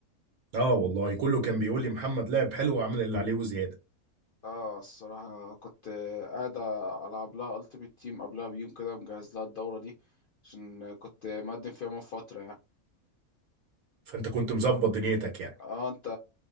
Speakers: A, on the right; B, on the left.
A: اه والله كله كان بيقول لي محمد لعب حلو وعمل اللي عليه وزياده
B: اه الصراحة كنت قاعد ألعب لها ألتيمت تيم قبلها بيوم كده مجهز لها الدورة دي عشان كنت مقدم فيها من فترة يعني
A: فانت كنت مظبط دنيتك يعني
B: اه انت